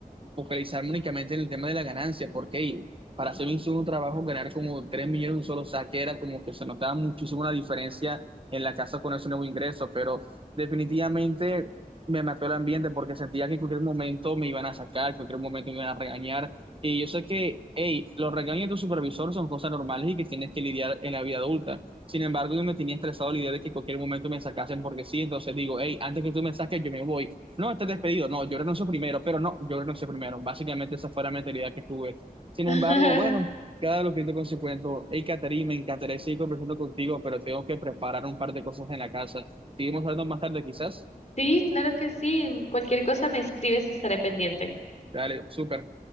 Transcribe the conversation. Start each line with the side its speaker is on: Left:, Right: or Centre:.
Right: focalizarme únicamente en el tema de la ganancia, porque hey, para hacer un solo trabajo, ganar como 3 millones en un solo saque era como que se notaba muchísimo la diferencia en la casa con ese nuevo ingreso, pero definitivamente me mató el ambiente porque sentía que en cualquier momento me iban a sacar, que en cualquier momento me iban a regañar. Y yo sé que, hey, los regaños de tu supervisor son cosas normales y que tienes que lidiar en la vida adulta. Sin embargo, yo me tenía estresado la idea de que en cualquier momento me sacasen porque sí, entonces digo, hey, antes que tú me saques, yo me voy. No, estás despedido. No, yo renuncio primero, pero no, yo renuncio primero. Básicamente esa fue la mentalidad que tuve. Sin
Left: <laughs>
Right: embargo, bueno, cada lo que te consecuento, hey, Caterina, me encantaría seguir conversando contigo, pero tengo que preparar un par de cosas en la casa. Seguimos hablando más tarde, quizás.
Left: Sí, claro que sí, cualquier cosa me escribes, estaré pendiente.
Right: Dale, súper.